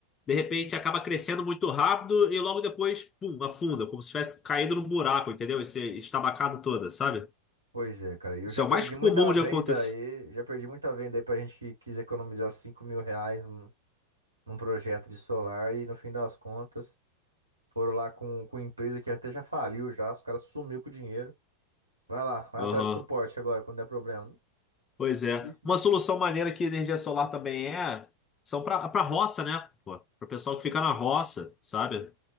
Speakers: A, on the left (about 20°); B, on the right (about 80°).
A: de repente acaba crescendo muito rápido e logo depois, pum, afunda, como se tivesse caído num buraco, entendeu? Esse estabacado toda, sabe?
B: Pois é, cara. E eu
A: Isso
B: já
A: é
B: perdi
A: o mais comum
B: muita
A: de
B: venda
A: acontecer.
B: aí. Já perdi muita venda aí pra gente que quis economizar cinco mil reais num, num projeto de solar. E no fim das contas, foram lá com, com empresa que até já faliu já. Os caras sumiu com o dinheiro. Vai lá, vai
A: Aham.
B: atrás de suporte agora, quando der problema.
A: Pois é.
B: Difícil,
A: Uma
B: mano.
A: solução maneira que energia solar também é, são para para roça, né? Pô, para o pessoal que fica na roça, sabe?